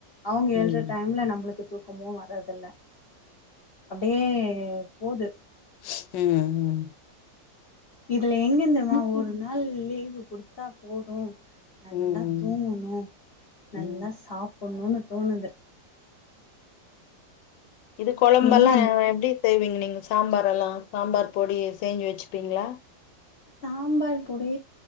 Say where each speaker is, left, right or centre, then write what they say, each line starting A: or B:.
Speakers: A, on the left; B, on the left.
A: அவுங்க
B: ம்
A: எழுற டைம்ல நம்ளுக்கு தூக்கமு வர்றதில்ல அப்டியே போது
B: ம் ம்
A: இதுல எங்கெருந்தமா
B: ம் ம்
A: ஒரு நாள் லீவு குடுத்தா போது நல்லா
B: ம்
A: தூங்கணு நல்லா
B: ம்.
A: சாப்புட்ணுன் தோணுது
B: இது கொழம்பல்லா
A: எங்க அந்
B: எப்டி செய்வீங்க நீங்க சாம்பார் எல்லா சாம்பார் பொடி செஞ்சு வச்சுப்பீங்ளா
A: சாம்பார் பொடி